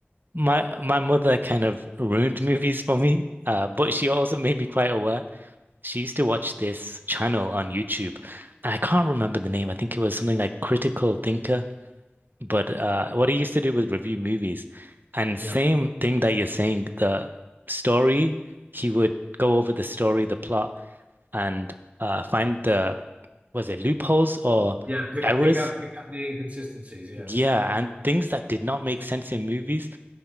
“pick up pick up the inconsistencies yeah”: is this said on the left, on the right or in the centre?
Right